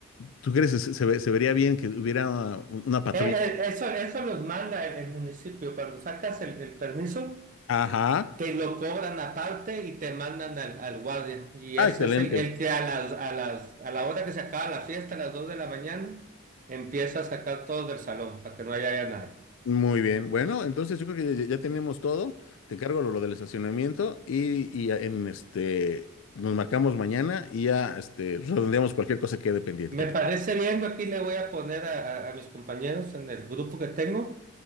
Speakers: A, on the left; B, on the right.
A: ¿tú crees que se, se ve- se vería bien que hubiera una, una patrulla?
B: Eh, eh, eso, eso los manda el, el municipio. Cuando sacas el, el permiso,
A: Ajá.
B: te lo cobran aparte y te mandan al, al guardia. Y
A: Ah,
B: ese
A: excelente.
B: es el, el que a las, a las, a la hora que se acaba la fiesta, a las 2 de la mañana, empieza a sacar todos del salón para que no haya nadie.
A: Muy bien. Bueno, entonces yo creo que ya, ya tenemos todo. Te encargo lo, lo del estacionamiento y, y en este nos marcamos mañana y ya este redondeamos cualquier cosa que quede pendiente
B: Me
A: que tenga.
B: parece bien, yo aquí le voy a poner a, a- a mis compañeros en el grupo que tengo